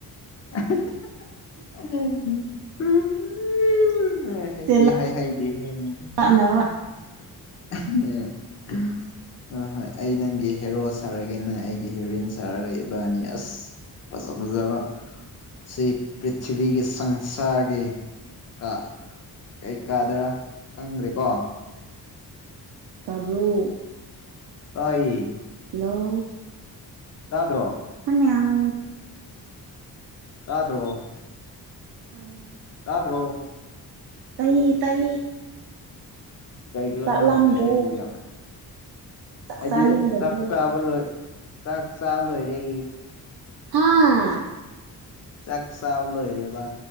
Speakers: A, on the left (about 45°); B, on the right (about 80°).
A: <unintelligible> <unintelligible> ꯎ ꯍꯩ
B: ꯆꯦ
A: ꯍꯥꯏꯍꯩꯗꯦ ꯍꯦ ꯅꯪ
B: ꯂꯥꯛꯅꯕ
A: <inaudible> <unintelligible> ꯍꯣ ꯍꯣꯏ ꯑꯩ ꯅꯪꯒꯤ ꯍꯦꯔꯣ ꯁꯥꯔꯒꯦ ꯅꯪ ꯑꯩꯒꯤ ꯍꯦꯔꯣꯏꯟ ꯁꯥꯔꯒ ꯏꯕꯥꯟꯅꯤ ꯑꯁ ꯐꯖ ꯐꯖꯕ ꯁꯤꯞ ꯄ꯭ꯔꯤꯊꯤꯕꯤꯒꯤ ꯁꯪꯁꯥꯔꯒꯤ ꯀ ꯀꯩꯀꯥꯗ꯭ꯔ ꯈꯪꯗ꯭ꯔꯦꯀꯣ
B: ꯇꯥꯕ꯭ꯔꯣ
A: ꯇꯏ
B: ꯍꯜꯂꯣ
A: ꯇꯥꯗ꯭ꯔꯣ
B: ꯑ
A: ꯑ꯭ꯔꯣ
B: ꯑꯥꯎ
A: ꯌꯥ꯭ꯔꯣ
B: ꯇꯏ ꯇꯏ
A: ꯀꯩꯒꯤ꯭ꯔꯣ ꯅꯪꯁꯦ
B: ꯂꯥꯝꯗ꯭ꯔꯣ
A: ꯑꯩꯕꯨ ꯌꯥꯝ
B: ꯆꯥꯛ
A: ꯍꯥꯏꯗꯤ
B: ꯆꯥꯅꯤꯡꯗꯕ꯭ꯔꯣ
A: ꯆꯥꯛ ꯆꯥꯕ ꯂꯣꯏ ꯆꯥꯛ ꯆꯥꯂꯨꯣꯏꯔꯦ
B: ꯍꯥꯥ
A: ꯆꯥꯛ ꯆ ꯂꯣꯏꯔꯦꯕ